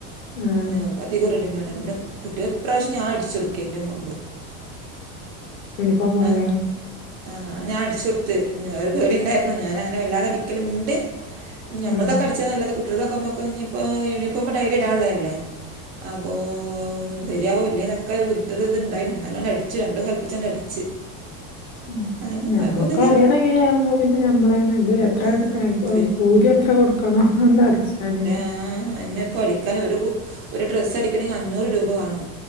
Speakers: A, on the left; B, on the right.
A: ആഹ്
B: ഏഹ് ഇപ്പ അധികും റെഡിമെയ്ഡ പിന്നെ കു കുട്ടിയാ ഇപ്രാവശ്യം ഞാൻ അടിച്ചൊടുക്കെ ൻറെ മോളത്
A: യൂണിഫോമൊക്കെ
B: ആഹ് ആഹ് അത് ഞാൻ അടിച്ചു കൊടുത്ത് ഞാ ഒരു പേടിണ്ടായിരുന്നു ഞാനങ്ങനെ വല്ലാതെ അടിക്കലുണ്ട് ഞമ്മളതൊക്കെ
A: ആ ആ
B: അടിച്ചാന്നല്ലാതെ കുട്ടിയളതൊക്കെ ഞമ്മക്ക് ഇഞ്ഞിപ്പോ യൂണിഫോം ഡെയിലി ഇടാള്ളതല്ലേ അപ്പോ ഓ ശരിയാവോ ഇല്ലേനൊക്കയൊരു ബുദ് ഒരു ഇത്ണ്ടായിനു, ഇന്നാലുആണ്ട് അടിച്ചു രണ്ടും കല്പ്പിച്ച് ആണ്ട് അടിച്ച്
A: ഉം,
B: അങ്ങനെ
A: ഉം ഞമ്മൾക്ക്
B: കുഴപ്പൊന്നുമില്ല
A: അറീണ ഇങ്ങനെ കാണുമ്പോ പിന്നെ ഞമ്മളെന്നെ ഇത് എത്ര
B: ആഹ്
A: ഉം ഉം കൂലി എത്ര കൊടുക്കണം, ഒന്ന് അടിച്ചാന്
B: ആഹ് എന്നെ പ്പോടി ക്കാനൊരു കു ഒരു ഡ്രസ്സ് അടിക്കണെങ്കി അഞ്ഞൂറ് രൂപ വാണം